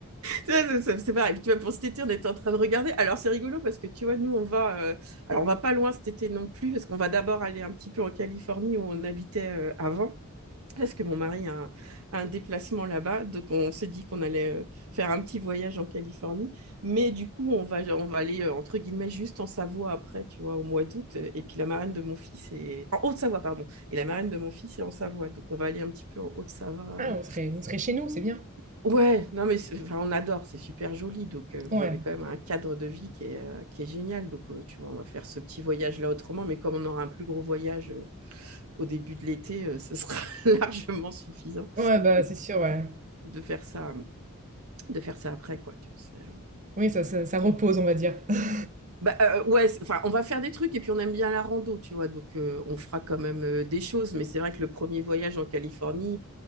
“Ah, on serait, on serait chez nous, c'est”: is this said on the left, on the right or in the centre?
Right